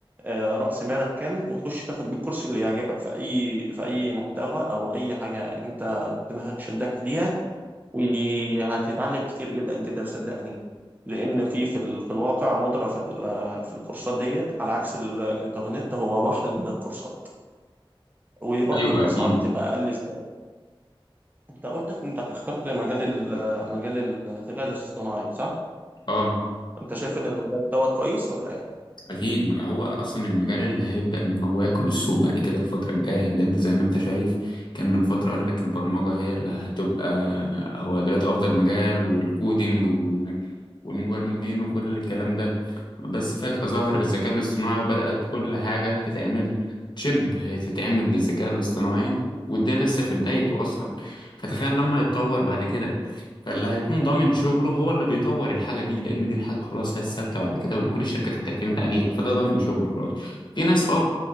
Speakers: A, on the right (about 20°); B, on the left (about 55°).
A: آه، رأس مالك كام وتخش تاخد بالكورس اللي يعجبك في اي في اي محتوى او اي حاجة انت دماغك شدك ليها وهتتعلم كتير جدا جدا صدقني لان في في ال- في الواقع ندرة في ال- في الكورسات ديت على عكس الانترنت هو بحر من الكورسات وبرضه
B: أيوه
A: الاسعار
B: أكيد
A: بتبقى اقل شويه انت قلت إخ- انك اخترت مجال ال- مجال الذكاء الاصطناعي صح
B: اه
A: انت شايف ان المجال دوت كويس ولا ايه
B: اكيد ما هو اصلا المجال اللي هيبدا ان هو ياكل السوق بعد كده الفتره الجايه اللي انت زي ما انت شايف كان من فتره قال لك البرمجه هي اللي هتبقى هو دلوقتي افضل مجال والكودينج وانك والمبرمجين وكل الكلام ده بس فجاه ظهر الذكاء الاصطناعي وبدات كل حاجه تتعمل شبه تتعمل بالذكاء الاصطناعي وده لسه في بدايته اصلا فتخيل لما يتطور بعد كده فاللي هيكون ضامن شغله هو اللي بيطور الحاجة دي لأن دي الحاجة خلاص هي الثابتة بعد كده واللي كل الشركات هتعتمد عليها فده ضامن شغله خلاص في ناس اه